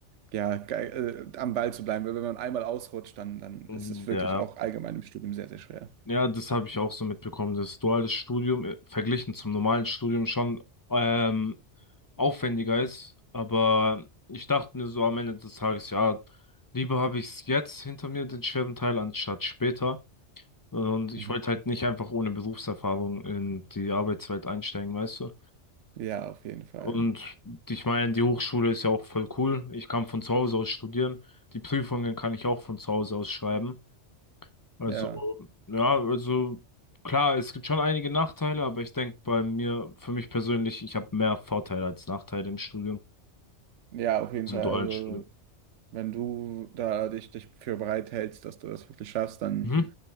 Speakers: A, on the right (about 85°); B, on the left (about 20°).
A: ja, ge- äh, am Ball zu bleiben. Weil wenn man einmal ausrutscht, dann, dann
B: mm,
A: ist es wirklich
B: ja,
A: auch allgemein im Studium sehr, sehr schwer.
B: ja, das habe ich auch so mitbekommen, dass duales Studium äh, verglichen zum normalen Studium schon ähm, aufwendiger ist. Aber ich dachte mir so am Ende des Tages, ja, lieber habe ich es jetzt hinter mir, den schweren Teil, anstatt später. Und
A: Mhm.
B: ich wollte halt nicht einfach ohne Berufserfahrung in die Arbeitswelt einsteigen, weißt du?
A: Ja, auf jeden Fall.
B: Und ich meine, die Hochschule ist ja auch voll cool. Ich kann von zu Hause aus studieren. Die Prüfungen kann ich auch von zu Hause aus schreiben. Also,
A: Ja,
B: ja, also klar, es gibt schon einige Nachteile, aber ich denke bei mir, für mich persönlich, ich habe mehr Vorteile als Nachteile im Studium,
A: ja, auf jeden
B: also
A: Fall.
B: im dualen
A: Also.
B: Studium.
A: Wenn du da dich, dich für bereit hältst, dass du das wirklich schaffst, dann
B: Mhm.